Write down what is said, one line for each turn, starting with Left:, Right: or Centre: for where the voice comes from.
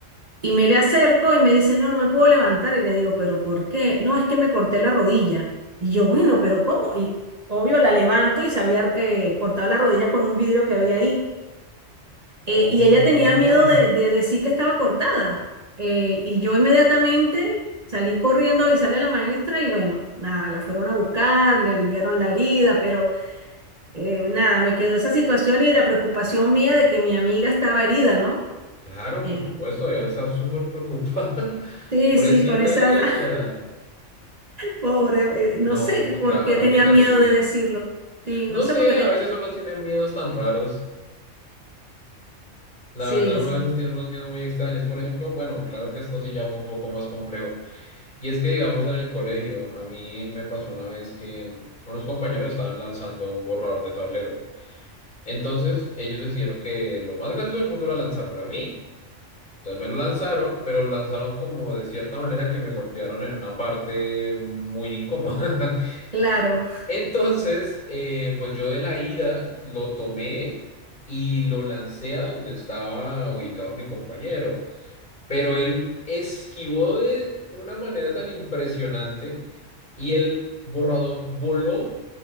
Right: Y me le acerco y me dice, no, no me puedo levantar. Y le digo, pero ¿por qué? No, es que me corté la rodilla. Y yo, bueno, pero ¿cómo? Y obvio, la levanto y se había eh, cortado la rodilla con un vidrio que había ahí. Eh,
Left: Oh,
Right: y ella
Left: no.
Right: tenía miedo de, de decir que estaba cortada. Eh, y yo inmediatamente salí corriendo a avisarle a la maestra y bueno, nada, la fueron a buscar, le limpiaron la herida, pero eh, nada, me quedó esa situación y la preocupación mía de que mi amiga estaba herida, ¿no?
Left: Claro,
Right: Eh,
Left: por supuesto, debes estar súper preocupada. <laughs>
Right: sí,
Left: Pobrecita
Right: sí, con esa
Left: ella.
Right: edad, <laughs> pobre, eh,
Left: No,
Right: no sé que- por
Left: claro,
Right: qué tenía
Left: qué terrible.
Right: miedo de decirlo. Sí,
Left: No
Right: no sé
Left: sé,
Right: por qué
Left: a
Right: tenía
Left: veces
Right: miedo.
Left: uno tiene miedos tan raros. La
Right: Sí,
Left: verdad, uno
Right: sí,
Left: a veces tiene unos miedos muy extraños. Por ejemplo, bueno, claro que esto sí ya fue un poco más complejo. Y es que, digamos, en el colegio, a mí me pasó una vez que mm, unos compañeros estaban lanzando un borrador de tablero. Entonces, ellos decidieron que lo más gracioso del mundo era lanzármelo a mí. Entonces me lo lanzaron, pero lo lanzaron como de cierta manera que me golpearon en una parte muy incómoda. <laughs>
Right: claro.
Left: Entonces, eh, pues yo de la ira lo tomé y lo lancé a donde estaba ubicado mi compañero, pero él esquivó de una manera tan impresionante y el borrador voló